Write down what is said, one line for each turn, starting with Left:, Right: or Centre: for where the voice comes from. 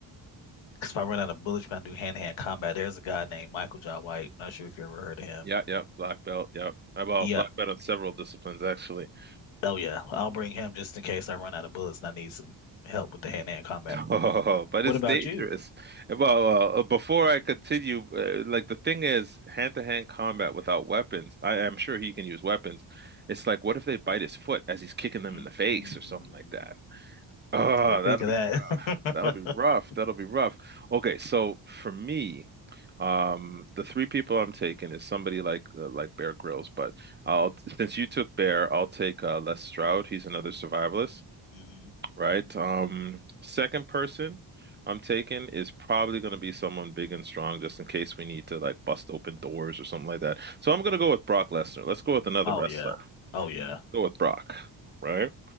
Left: Because if I run out of bullets, you're going to do hand-to-hand combat. There's a guy named Michael John White. Not sure if you ever heard of him.
Right: Yeah, yep. Black belt. Yep. Uh, Well,
Left: Yeah.
Right: black belt on several disciplines actually. <laughs>
Left: Oh, yeah. I'll bring him just in case I run out of bullets and I need some help with the hand-to-hand combat.
Right: Oh, but
Left: What
Right: it's
Left: about
Right: dangerous.
Left: you?
Right: Uh, Well, uh, uh, before I continue, uh, like the thing is, hand-to-hand combat without weapons. I am sure he can use weapons. It's like, what if they bite his foot as he's kicking them
Left: Mm-hmm.
Right: in the face or something like that? Oh,
Left: I didn't
Right: that
Left: think of that.
Right: That'll be rough.
Left: <laughs>
Right: That'll be rough. Okay, so for me, um, the three people I'm taking is somebody like uh, like Bear Grylls, but I'll since you took Bear, I'll take uh, Les Stroud. He's another survivalist,
Left: Mhm,
Right: right?
Left: mhm.
Right: Um, second person I'm taking is probably going to be someone big and strong, just in case we need to like bust open doors or something like that. So I'm going to go with Brock Lesnar. Let's go with another
Left: Oh,
Right: wrestler.
Left: yeah. Oh, yeah.
Right: Go with Brock, right?